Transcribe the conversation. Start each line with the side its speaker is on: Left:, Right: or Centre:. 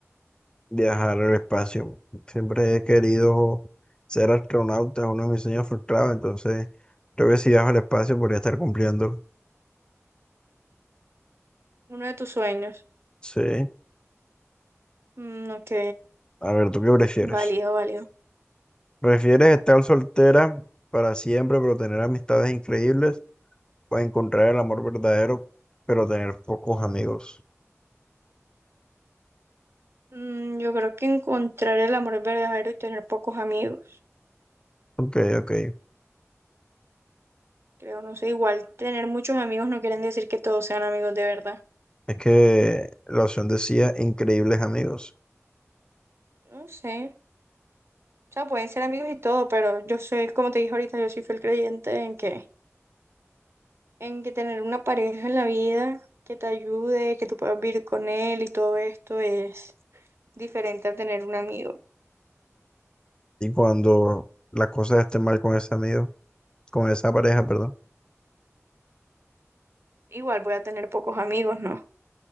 Left: Viajar al espacio. Siempre he querido ser astronauta, es uno de mis sueños frustrados, entonces creo que si viajo al espacio podría estar cumpliendo.
Right: Uno de tus sueños.
Left: Sí.
Right: Mm, ok,
Left: A ver, ¿tú qué prefieres?
Right: válido, válido.
Left: ¿Prefieres estar soltera para siempre, pero tener amistades increíbles? ¿O encontrar el amor verdadero, pero tener pocos amigos?
Right: Mm, yo creo que encontrar el amor verdadero y tener pocos amigos.
Left: Ok, ok.
Right: Creo, no sé, igual tener muchos amigos no quieren decir que todos sean amigos de verdad.
Left: Es que la opción decía increíbles amigos.
Right: No sé. O sea, pueden ser amigos y todo, pero yo soy, como te dije ahorita, yo soy fiel creyente en que en que tener una pareja en la vida que te ayude, que tú puedas vivir con él y todo esto es diferente a tener un amigo.
Left: Y cuando las cosas estén mal con ese amigo, con esa pareja, perdón.
Right: Igual voy a tener pocos amigos, ¿no?